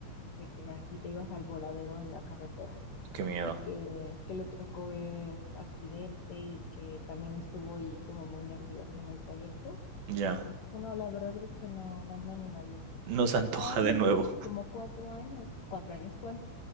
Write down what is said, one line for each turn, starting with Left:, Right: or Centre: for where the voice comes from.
Left: de que así te ibas al voladero en la carretera.
Right: qué miedo.
Left: y que, que le tocó ver accidente y que también estuvo ahí como muy nerviosa en el trayecto.
Right: Ya,
Left: Y dijo, no, la verdad es que no, no me animaría.
Right: no se
Left: Y
Right: antoja
Left: son
Right: de nuevo.
Left: como cuatro años, cuatro años, cuan-